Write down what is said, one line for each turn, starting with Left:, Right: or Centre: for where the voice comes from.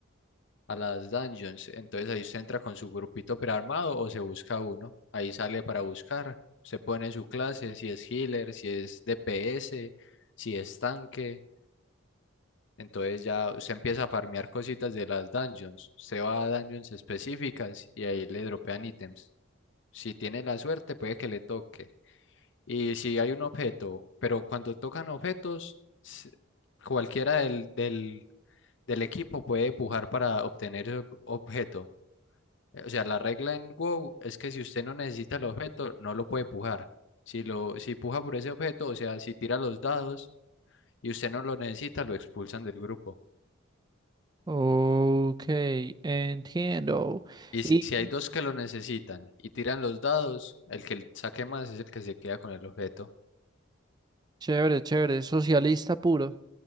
Left: a las dungeons. Entonces ahí usted entra con su grupito prearmado o se busca uno. Ahí sale para buscar. Se pone su clase, si es healer, si es DPS, si es tanque. Entonces ya usted empieza a farmear cositas de las dungeons. Usted va a dungeons específicas y ahí le dropean ítems. Si tiene la suerte, puede que le toque. Y si hay un objeto, pero cuando tocan objetos, s- cualquiera del, del, del equipo puede pujar para obtener ese ob- objeto. Eh, O sea, la regla en WoW es que si usted no necesita el objeto, no lo puede pujar. Si lo, si puja por ese objeto, o sea, si tira los dados y usted no lo necesita, lo expulsan del grupo.
Right: Ok, entiendo.
Left: Y
Right: Y
Left: si si hay dos que lo necesitan y tiran los dados, el que saque más es el que se queda con el objeto.
Right: chévere, chévere, socialista puro.